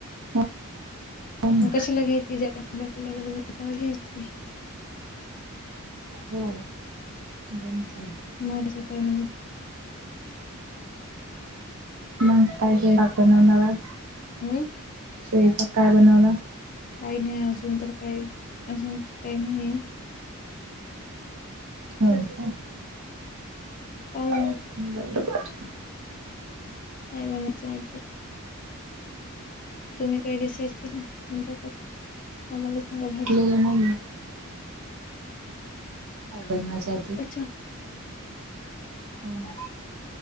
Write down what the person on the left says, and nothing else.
<unintelligible> कशला घ्यायची जादा. आपल्याला गरज असते तवा घ्यायची.
म <unintelligible> का म्हणली
हम्म.. <unintelligible>
काही नाही अजून तर काही, अजून तर काही नाही आहे.
पाहू
मग
काय बनवायचं आहे तर? तुम्ही काही डिसाईज केल? <unintelligible> तुम आम्हाला सांगा भाजी
पप्पाच्या